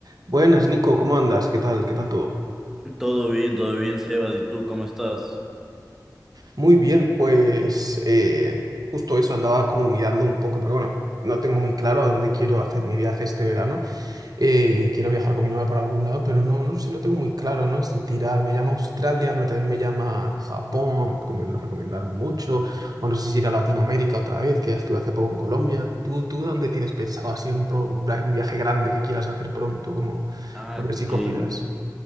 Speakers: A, on the right; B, in the centre.
A: Buenas, Nico, ¿cómo andas? ¿Qué tal? ¿Qué tal todo?
B: Todo bien, todo bien, Sebas. ¿Y tú cómo estás?
A: Muy bien, pues eh, justo eso, andaba como mirando un poco, porque bueno, no tengo muy claro a dónde quiero hacer mi viaje este verano. Eh, quiero viajar con mi novia por algún lado, pero no, no sé, no tengo muy claro, ¿no? Si tirar, me llama Australia, pero también me llama Japón, que me lo recomendaron mucho, o no sé si ir a Latinoamérica otra vez, que ya estuve hace poco en Colombia. ¿Tú, tú dónde tienes pensado así un, pro- un, via- un viaje grande que quieras hacer pronto, como
B: Ah,
A: por ver si cojo
B: qué,
A: ideas?